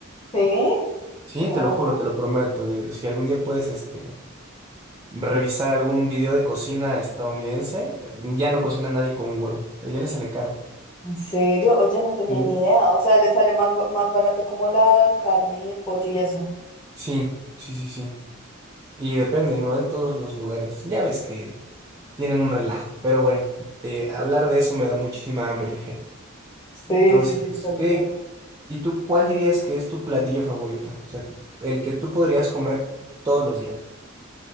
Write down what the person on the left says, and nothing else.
¿Sí?
Oh,
¿en serio? Oye, no tenía
ni idea, o sea, le sale más, ba- más barato como la carne y el pollo y eso.
Sí,
sí, sí, tal
cual.